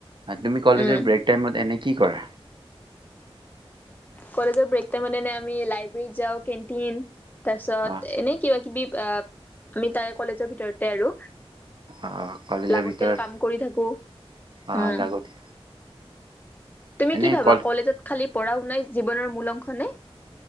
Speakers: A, on the right; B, on the left.
A: তুমি কলেজৰ
B: উম
A: ব্ৰেক টাইমত এনেই কি কৰা?
B: কলেজৰ ব্ৰেক টাইমত এনেই আমি লাইব্ৰেৰীত যাওঁ, কেনটিন। তাৰ পিছত
A: অ
B: এনে কিবা কিবি আ আমি তাৰে কলেজৰ ভিতৰতে আৰু
A: অ কলেজৰ
B: লাগতিয়াল
A: ভিতৰত
B: কাম কৰি থাকো উম
A: অ লাগতি
B: তুমি
A: এনে
B: কি ভাবা
A: কল
B: কলেজত খালি পঢ়া শুনাই জীৱনৰ মূল অংশনে